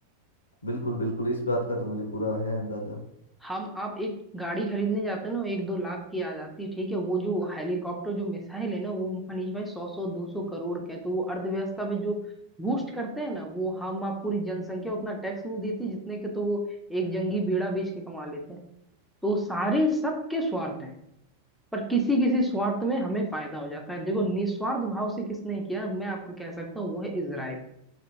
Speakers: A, on the left; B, in the centre.
A: बिल्कुल बिल्कुल इस बात का तो मुझे पूरा है अंदाजा
B: हम आप एक गाड़ी खरीदने जाते हैं ना एक दो लाख की आ जाती है ठीक है वो जो हेलीकॉप्टर जो मिसाइल है ना वो मनीष भाई सौ सौ दो सौ करोड़ का है तो वो अर्थव्यवस्था पे जो बूस्ट करते हैं ना वो हम आप पूरी जनसंख्या उतना टैक्स नहीं देती जितने के तो वो एक जंगी बेड़ा बेच के कमा लेते हैं तो सारे सबके स्वार्थ हैं पर किसी किसी स्वार्थ में हमें फायदा हो जाता है देखो निस्वार्थ भाव से किसने किया मैं आपको कह सकता हूँ वो है इसराइल